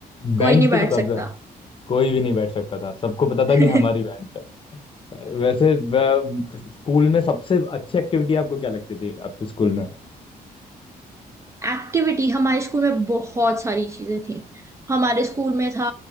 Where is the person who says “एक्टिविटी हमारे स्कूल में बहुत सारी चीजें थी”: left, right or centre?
Right